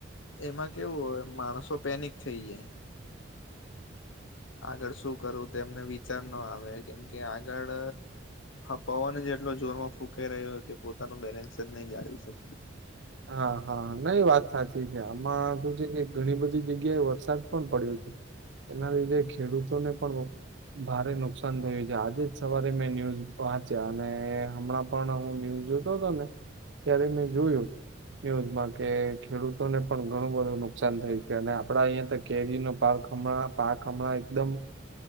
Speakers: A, on the left; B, on the right.
A: એમાં કેવું હોય માણસો પેનિક થઈ જાય. આગળ શું કરું તેમને વિચાર ના આવે? કેમ કે, આગળ પવન જ એટલો જોરમાં ફૂંકાઈ રહ્યો કે, પોતાનું બેલેન્સ જ નહી જાળવી શકે.
B: હા હા નઈ વાત સાચી છે. આમાં શું છે કે, ઘણી બધી જગ્યાએ વરસાદ પણ પડ્યો છે. એના લીધે ખેડૂતોને પણ ભારે નુકસાન થયું છે. આજે જ સવારે મેં ન્યૂઝ વાંચ્યા અને હમણાં પણ હું ન્યૂઝ જોતો હતો ને ત્યારે મેં જોયું. ન્યૂઝમાં કે ખેડૂતોને પણ ઘણું બધું નુકસાન થયું છે. અને આપડા અહિયાં તો કેરીનો પાક હમણાં પાક એકદમ